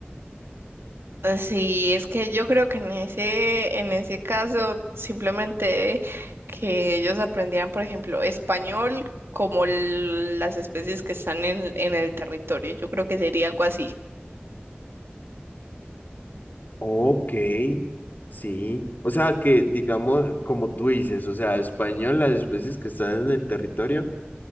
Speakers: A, on the right; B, on the left.
A: Sí, es que yo creo que en ese, en ese caso, simplemente que ellos aprendieran, por ejemplo, español como l- las especies que están en, en el territorio, yo creo que sería algo así.
B: Ok, sí. O sea que, digamos, como tú dices, o sea, español, las especies que están en el territorio